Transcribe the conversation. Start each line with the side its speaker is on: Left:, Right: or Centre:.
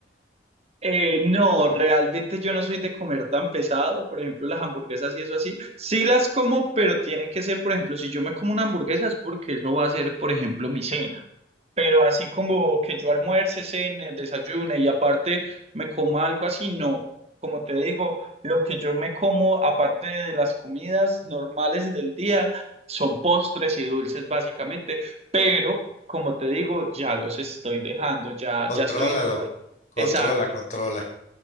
Right: Eh, no, realmente yo no soy de comer tan pesado, por ejemplo, las hamburguesas y eso así. Sí las como, pero tiene que ser, por ejemplo, si yo me como una hamburguesa es porque eso va a ser, por ejemplo, mi cena. Pero así como que yo almuerce, cene, desayune y aparte me coma algo así, no. Como te digo, lo que yo me como, aparte de las comidas normales del día, son postres y dulces básicamente, pero como te digo, ya los estoy dejando, ya,
Left: Contrólalo,
Right: ya estoy en un... pro-
Left: controla,
Right: Exacto.
Left: controla.